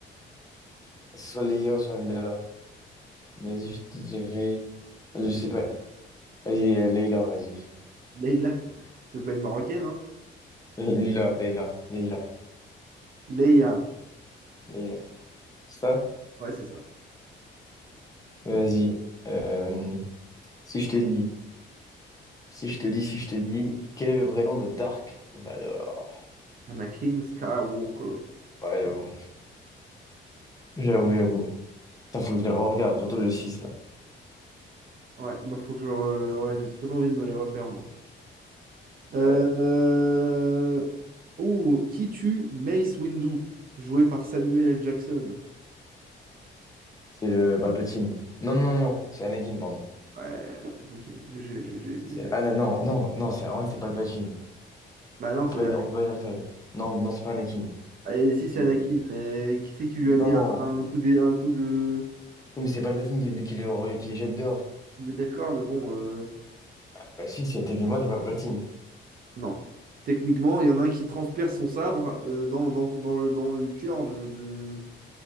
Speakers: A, on the left; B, on the right.
A: C'est soit Leia ou soit Amidala. Mais Vas-y, je te dirais. Vas-y, je sais pas. Vas-y, euh, Leila, vas-y.
B: Leila, c'est pas une Marocaine, hein?
A: Le- Lila, Leila, Lila,
B: Leia,
A: Leila. Ça?
B: ouais, c'est ça.
A: Vas-y. Euh, si je te dis, si je te dis, si je te dis, quel est le vrai nom de Dark Vador?
B: Anakin Skywalker.
A: Ouais, j'avoue. J'avoue, j'avoue. Putain, faut que je les re-regarde, surtout le 6 là.
B: Ouais, moi, faut que je... re- Ouais, j'ai très envie de me les refaire, moi. Euh,
A: Ouais.
B: euh, Oh, qui tue Mace Windu? Joué par Samuel L. Jackson.
A: C'est le Palpatine. Non, non, non, non, c'est Anakin, pardon.
B: Ouais, GG, GG, GG, GG.
A: C'est Ana, non, non, non, c'est en vrai, c'est Palpatine.
B: Bah non,
A: On
B: c'est
A: peut pas dire, on peut pas dire ça. Non, non, c'est pas Anakin.
B: Et si
A: C'est-
B: c'est Anakin, mais qui c'est qui lui a mis
A: Non.
B: un, un coup de, un coup de...
A: Oui, mais c'est Palpatine qui, le- qui, le- qui les jette dehors.
B: Oui, d'accord, mais bon, euh,
A: Ah, bah si, c'est techniquement, c'est Palpatine.
B: non. Techniquement, il y en a un qui transperce son sabre euh, dans, dans, dans le, dans le cœur de, de,